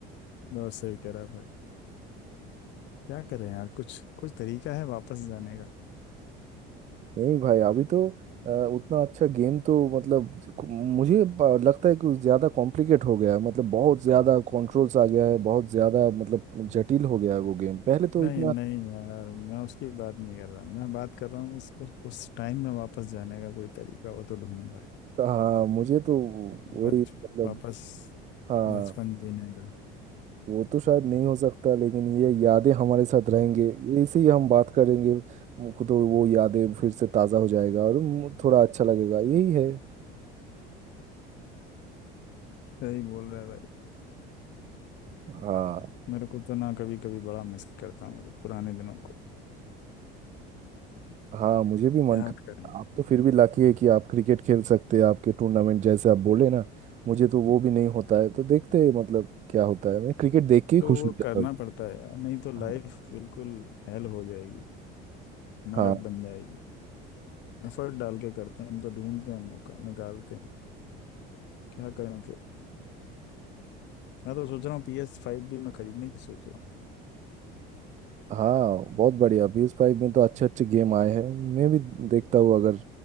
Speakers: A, on the left; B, on the right.
A: बहुत सही कह रहा है भाई क्या करें यार कुछ कुछ तरीका है वापस जाने का
B: नहीं भाई अभी तो अ, उतना अच्छा गेम तो मतलब कु- मुझे प- लगता है कि ज़्यादा कॉम्प्लिकेट हो गया है मतलब बहुत ज़्यादा कंट्रोल्स आ गया है बहुत ज़्यादा मतलब जटिल हो गया है वो गेम पहले तो
A: नहीं
B: इतना
A: नहीं यार मैं उसकी बात नहीं कर रहा मैं बात कर रहा हूँ उस उस, उस टाइम में वापस जाने का कोई तरीका हो तो ढूंढ भाई
B: हाँ मुझे तो वही
A: बच
B: मतलब
A: वापस
B: हाँ
A: बचपन जीने का
B: वो तो शायद नहीं हो सकता लेकिन ये यादें हमारे साथ रहेंगे ऐसे ही हम बात करेंगे मुझको तो वो यादें फिर से ताज़ा हो जाएगा और मु- थोड़ा अच्छा लगेगा यही है
A: सही बोल रहा है भाई
B: हाँ
A: मेरे को तो ना कभी कभी बड़ा मिस करता हूँ भाई पुराने दिनों को
B: हाँ मुझे भी मन
A: क्या
B: कर
A: करें
B: आप तो फिर भी लाकी है कि आप क्रिकेट खेल सकते हैं आपके टूर्नामेंट जैसे आप बोले ना मुझे तो वो भी नहीं होता है तो देखते हैं मतलब क्या होता है मैं क्रिकेट देख के ही
A: तो
B: खुश
A: वो
B: हो जाता
A: करना
B: हूँ
A: पड़ता है यार नहीं तो लाइफ
B: हाँ
A: बिल्कुल हेल हो जाएगी
B: हाँ,
A: नरक बन जाएगी एफर्ट डाल के करते हैं हम तो ढूंढते हैं मौका निकालते हैं क्या करें फिर मैं तो सोच रहा हूँ पी एस फाइव भी मैं खरीदने की सोच रहा हूँ
B: हाँ बहुत बढ़िया पी एस फाइव में तो अच्छे अच्छे गेम आए हैं मैं भी देखता हूँ अगर